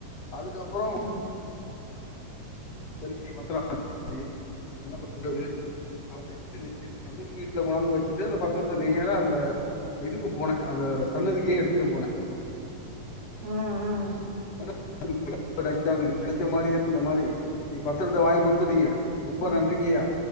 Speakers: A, on the left (about 60°); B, on the right (about 60°).
A: அதுக்கப்ரோ
B: ம்,
A: சரிய பத்திரம் என்ன பண்றது அப்படின்னுட்டு வந்து வீட்டுல வந்து வச்சுட்டு அந்த பத்திரத்த நேரா அந்த இதுக்கு போனே அந்த சன்னிதுக்கே எடுத்துட்டு போன்ன
B: ம் ம்
A: <unintelligible> நினைச்ச மாரியே இந்த மாரி நீ பத்தரத்த வாங்கி கொடுத்துட்டீங்க ரொம்ப
B: ம்,
A: நன்றிங்கயா